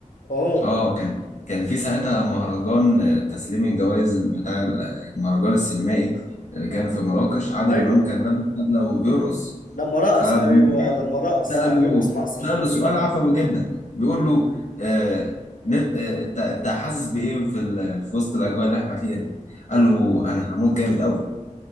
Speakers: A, on the left; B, on the left.
A: اه
B: اه كان كان في ساعتها مهرجان آه، تسليم الجوائز بتاع ال- المهرجان السينمائي اللي كان في مراكش عادل
A: ايوه
B: إمام كان لابس بدلة وبيرقص
A: لما رقص
B: فالمذيع
A: ايوه لما رقص
B: سأله
A: قعد يرقص مع الصحفيين
B: سأله سؤال عفوي جدا بيقول له آه نت- آه، انت انت حاسس بايه في ال- في وسط الاجواء اللي احنا فيها دي؟
A: مم.
B: قال له انا هموت جامد قوي